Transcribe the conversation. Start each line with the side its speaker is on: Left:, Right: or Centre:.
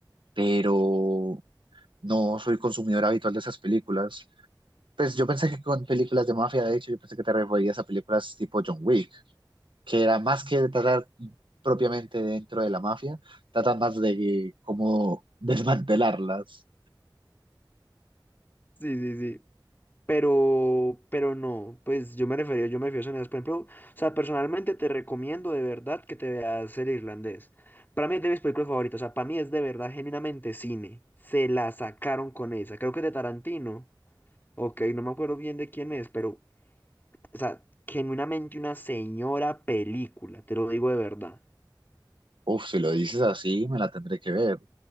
Right: pero no soy consumidor habitual de esas películas. Pues yo pensé que con películas de mafia, de hecho, yo pensé que te referías a películas tipo John Wick, que era más que tratar propiamente dentro de la mafia, trata más de cómo <laughs> desmantelarlas.
Left: Sí, sí, sí. Pero, pero no, pues yo me refería, yo me refiero a sonidos, por ejemplo, o sea, personalmente te recomiendo de verdad que te veas el irlandés. Para mí es de mis películas favoritas, o sea, para mí es de verdad genuinamente cine. Se la sacaron con esa, creo que es de Tarantino, ok, no me acuerdo bien de quién es, pero, o sea, genuinamente una señora película, te lo digo de verdad.
Right: Uf, si lo dices así, me la tendré que ver.